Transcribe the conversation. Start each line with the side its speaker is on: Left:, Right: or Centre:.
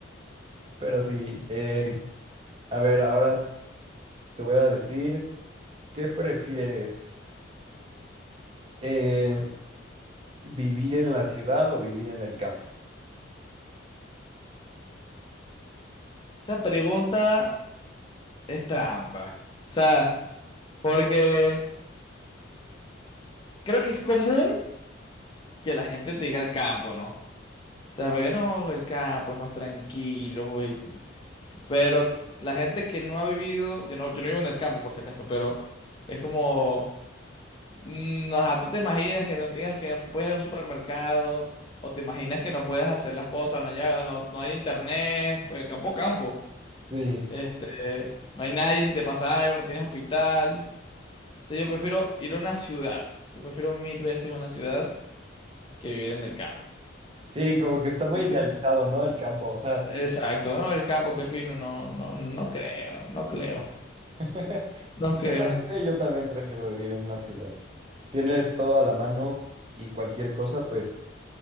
Right: Pero sí, eh, a ver, ahora te voy a decir, ¿qué prefieres? Eh, ¿vivir en la ciudad o vivir en el campo?
Left: Esa pregunta es trampa. O sea, porque creo que es común que la gente te diga el campo, ¿no? O sea, porque no, el campo es más tranquilo, güey. Pero la gente que no ha vivido, yo no, yo no vivo en el campo por si acaso, pero es como, mm, ajá, tú te imaginas que no tengas, que no puedes ir a un supermercado, o te imaginas que no puedes hacer las cosas, no haya- no, no hay internet, pues campo, campo.
Right: Sí.
Left: Este, no hay nadie si te pasa algo, no tienes hospital. Entonces yo prefiero ir a una ciudad. Yo prefiero mil veces una ciudad que vivir en el campo.
Right: Sí, como que está muy
Left: ¿Y
Right: idealizado,
Left: tú?
Right: ¿no? El campo, o sea.
Left: Exacto, no, el campo, qué fino, no, no, no creo, no creo,
Right: <laughs>
Left: no creo.
Right: Ciertamente yo también prefiero vivir en una ciudad. Tienes todo a la mano y cualquier cosa, pues,